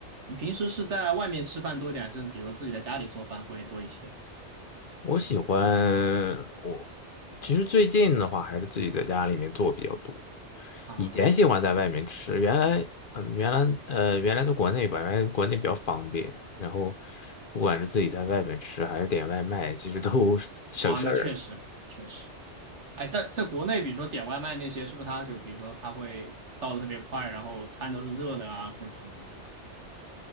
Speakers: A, on the right; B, on the left.
A: 你平时是在外面吃饭多一点，还是比如自己在家里做饭会多一些？
B: 我喜欢我，其实最近的话还是自己在家里面做比较多。
A: 啊
B: 以前喜欢在外面吃，原来嗯，原来呃，原来在国内吧，原来国内比较方便，然后不管是自己在外面吃还是点外卖，其实都 <laughs> 省事儿。
A: 啊，那确实确实。哎，在在国内，比如说点外卖那些，是不是他就比如说他会到的特别快，然后餐都是热的啊，或者什么的，对吧？